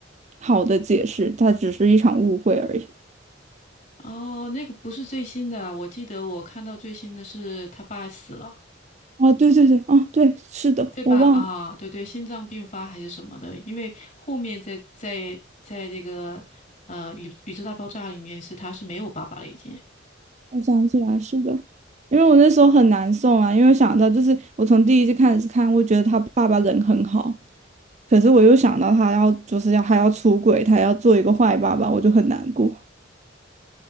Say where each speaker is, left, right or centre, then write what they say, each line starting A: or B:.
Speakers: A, on the right; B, on the left.
A: 好的解释，他只是一场误会而已。
B: 哦，那个不是最新的啊，我记得我看到最新的是他爸死了。
A: 哦，对对对，哦，对，是的，
B: 对吧？
A: 我忘了，
B: 啊，对对，心脏病发还是什么的，因为后面在在在这个呃宇宇宙大爆炸里面是他是没有爸爸了已经，
A: 我想起来，是的，因为我那时候很难受啊，因为想到就是我从第一季开始看，我觉得他爸爸人很好，可是我又想到他要就是要还要出轨，他要做一个坏爸爸，我就很难过。